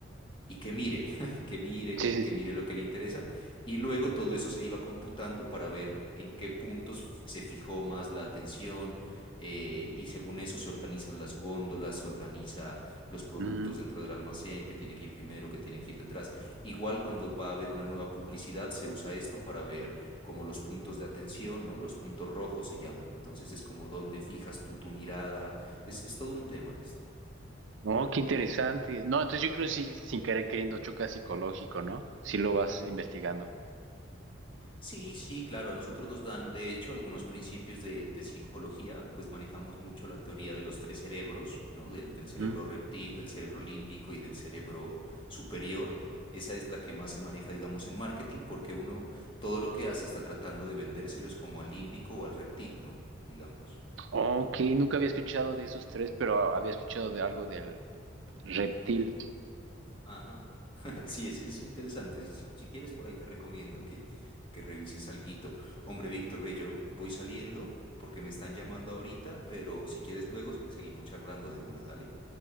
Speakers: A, on the left (about 25°); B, on the right (about 70°).
A: y que mire, <laughs> que mire,
B: Sí,
A: que, que
B: sí, sí.
A: mire lo que le interesa. Y luego todo eso se iba computando para ver en qué puntos f- se fijó más la atención. eh, y según eso se organizan las góndolas, se organiza los productos
B: Mm,
A: dentro del almacén, que tiene que ir primero, que tiene que ir detrás. Igual cuando va a haber una nueva publicidad, se usa esto para ver como los puntos de atención, ¿no? Los puntos rojos se llaman. Entonces es como donde fijas tú tu mirada. Es, es todo un tema esto.
B: No, qué interesante. No, entonces yo creo que sí, sin querer queriendo choca psicológico, ¿no? Si lo vas investigando.
A: Sí, sí, claro, a nosotros nos dan, de hecho, algunos principios de, de psicología, pues manejamos mucho la teoría de los tres cerebros, ¿no? Del, del cerebro
B: Mm.
A: reptil, del cerebro límbico y del cerebro superior. Esa es la que más se maneja, digamos, en marketing, porque uno todo lo que hace está tratando de vendérselo es como al límbico o al reptil, ¿no? Digamos.
B: Ok, nunca había escuchado de esos tres, pero había escuchado de algo del reptil.
A: Ajá. Sí, es, es interesante. Si, si, si quieres, por ahí te recomiendo que, que revises alguito. Hombre, Víctor, ve, yo voy saliendo porque me están llamando ahorita, pero si quieres luego se- seguimos charlando de una, dale.